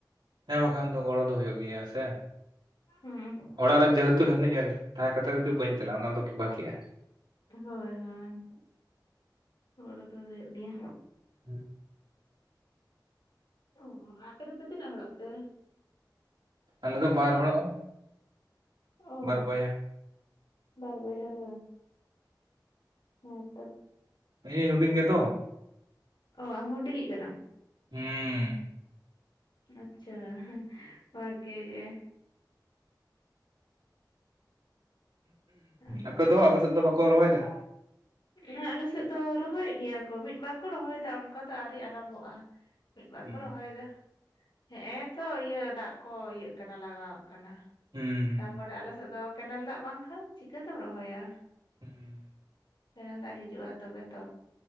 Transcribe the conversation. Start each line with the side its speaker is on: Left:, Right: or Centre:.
Right: ᱦᱮᱸ ᱵᱟᱠᱷᱟᱱ ᱫᱚ ᱜᱚᱲᱚ ᱫᱚ ᱦᱩᱭᱩᱜ ᱜᱮᱭᱟ ᱥᱮ᱾
Left: ᱦᱩᱸ᱾
Right: ᱚᱲᱟᱜ ᱨᱮ ᱡᱮᱦᱮᱛᱩ ᱦᱤᱱᱟᱹᱧᱟ ᱛᱟᱦᱮᱸ ᱠᱟᱛᱮᱜ ᱡᱩᱫᱤ ᱵᱟᱹᱧ ᱪᱟᱞᱟᱜᱼᱟ ᱚᱱᱟ ᱫᱚ ᱵᱷᱟᱹᱜᱤᱜᱼᱟ᱾
Left: ᱦᱳᱭ ᱦᱳᱭ ᱜᱚᱲᱚ ᱛᱚ ᱫᱚ ᱦᱳᱭᱳᱜ ᱜᱮᱭᱟ᱾
Right: ᱦᱩᱸ᱾
Left: ᱚ ᱟᱯᱮ ᱫᱚᱯᱮ ᱛᱤᱱᱟᱹᱜ ᱦᱚᱲᱚᱜ ᱛᱮ?
Right: ᱟᱞᱮᱫ ᱫᱚ ᱵᱟᱨ ᱦᱚᱲᱚᱜ ᱟᱞᱮ᱾
Left: ᱚ
Right: ᱵᱟᱨ ᱵᱚᱭᱦᱟ᱾
Left: ᱵᱟᱨ ᱵᱚᱭᱦᱟ ᱜᱮ? ᱦᱮᱸ ᱛᱚ᱾
Right: ᱤᱧᱤᱧ ᱦᱩᱰᱤᱧ ᱜᱮᱫᱚ?
Left: ᱚ ᱟᱢ ᱦᱩᱰᱤᱧᱤᱜ ᱠᱟᱱᱟᱢ?
Right: ᱦᱩᱸ᱾
Left: ᱟᱪᱪᱷᱟ ᱦᱩᱸ ᱵᱷᱟᱜᱮ ᱜᱮ᱾ ᱚᱱᱠᱟ
Right: ᱟᱯᱮᱫᱚ ᱟᱯᱮᱥᱮᱫ ᱫᱚ ᱵᱟᱠᱚ ᱨᱚᱦᱚᱭ ᱫᱟ?
Left: ᱩᱸ ᱟᱞᱮ ᱥᱮᱫ ᱫᱚ ᱨᱚᱦᱚᱭᱮᱫ ᱜᱮᱭᱟ ᱠᱚ ᱢᱤᱫ ᱵᱟᱨ ᱠᱚ ᱨᱚᱦᱚᱭᱮᱫᱟ ᱚᱱᱠᱟ ᱫᱚ ᱟᱹᱣᱨᱤ ᱟᱨᱚᱢᱵᱚᱜᱼᱟ᱾ ᱢᱤᱫ ᱵᱟᱨ
Right: ᱦᱩᱸ
Left: ᱠᱚ ᱨᱚᱦᱚᱭ ᱫᱟ ᱦᱮᱸᱜᱼᱮ ᱛᱚ ᱤᱭᱟᱹ ᱫᱟᱜ ᱠᱚ ᱤᱭᱟᱹᱜ ᱠᱟᱱᱟ ᱞᱟᱜᱟᱜ ᱠᱟᱱᱟ,
Right: ᱦᱩᱸ
Left: ᱛᱟᱯᱚᱨᱮ ᱟᱞᱮᱥᱮᱫ ᱫᱚ ᱠᱮᱱᱮᱞ ᱫᱟᱜ ᱵᱟᱝᱠᱷᱟᱱ ᱪᱤᱠᱟᱹᱛᱮᱢ ᱨᱚᱦᱚᱭᱟ᱾
Right: ᱦᱩᱸ ᱦᱩᱸ
Left: ᱠᱮᱱᱮᱞ ᱫᱟᱜ ᱦᱤᱡᱩᱜᱼᱟ ᱛᱚᱵᱮ ᱛᱚ